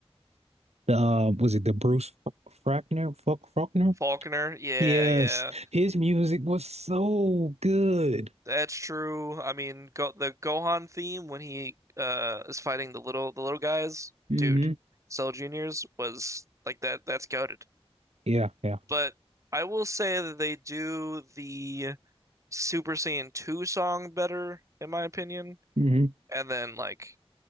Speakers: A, on the right; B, on the right.
A: The, uh, was it the Bruce F- Frackner? Fuck Faulkner?
B: Faulkner, yeah,
A: Yes,
B: yeah,
A: his music was so good.
B: that's true. I mean, go the Gohan theme when he uh is fighting the little the little guys,
A: Mm-hmm.
B: dude. Cell Juniors was like that. That's goated.
A: Yeah, yeah.
B: But I will say that they do the Super Saiyan 2 song better, in my opinion.
A: Mm-hmm.
B: And then like,